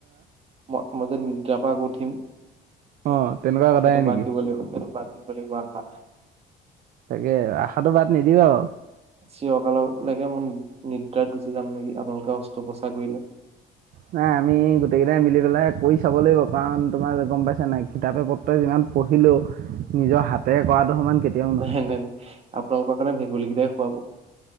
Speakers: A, on the right; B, on the right.
A: ম-মই যে তেতিয়া আকৌ উঠিম
B: অ
A: সেইটো
B: তেনেকুৱা কথাই নেকি
A: বাদ দিব লাগিব সেইটো বাদ দিব লাগিব আশা।
B: তাকে আশাটো বাদ নিদিবা আও।
A: চিৰকাললৈকে মই নিদ্ৰাত গুচি যাম নেকি আপোনালোকে অস্ত্ৰোপচাৰ কৰিলে?
B: নাই আমি গোটেইকেইটাই মিলি পেলাই কৰি চাব লাগিব কাৰণ তোমাৰ যে গম পাইছা নাই কিতাপে পত্ৰই যিমান পঢ়িলেও, নিজৰ হাতেৰে কৰাটোৰ সমান কেতিয়াও নহয়
A: নাই <unintelligible> আপোনালোকৰ কাৰণে ভেকুলীকেইটাই খুৱাব।